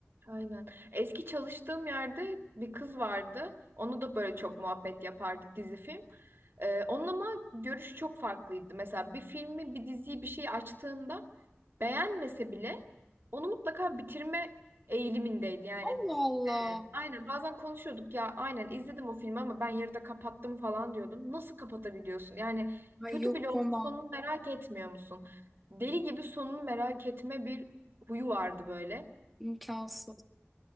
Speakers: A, on the right (about 55°); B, in the centre.
A: Aynen. Eski çalıştığım yerde bir kız vardı. Onu da böyle çok muhabbet yapardık dizi film. Ee, onun ama görüşü çok farklıydı. Mesela bir filmi, bir diziyi, bir şeyi açtığında beğenmese bile onu mutlaka bitirme eğilimindeydi. Yani
B: Allah Allah.
A: aynen bazen konuşuyorduk ya aynen izledim o filmi ama ben yarıda kapattım falan diyordum. Nasıl kapatabiliyorsun? Yani
B: Ay
A: kötü
B: yok
A: bile olsa
B: koma
A: sonunu merak etmiyor musun? Deli gibi sonunu merak etme bir huyu vardı böyle.
B: imkansız.